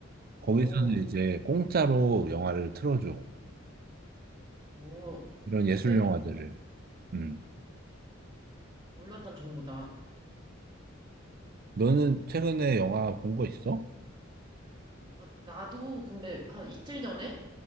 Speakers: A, on the right; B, on the right.
A: 오,
B: 거기서는 이제 공짜로 영화를 틀어줘.
A: 오,
B: 이런 예술
A: 되게
B: 영화들을. 음.
A: 몰랐던 정보다.
B: 너는 최근에 영화 본 거 있어?
A: 어, 나도 근데 한 이틀 전에